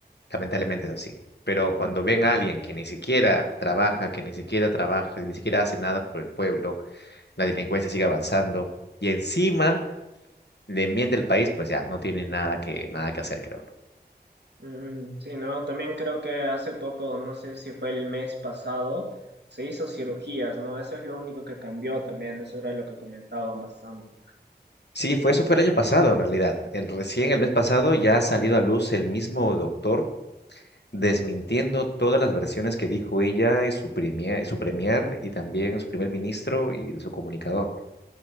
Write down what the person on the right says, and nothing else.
Mm, sí, no, también creo que hace poco, no sé si fue el mes pasado, se hizo cirugías, ¿no? Eso es lo único que cambió también, eso era lo que comentaban bastante,
¿verdad?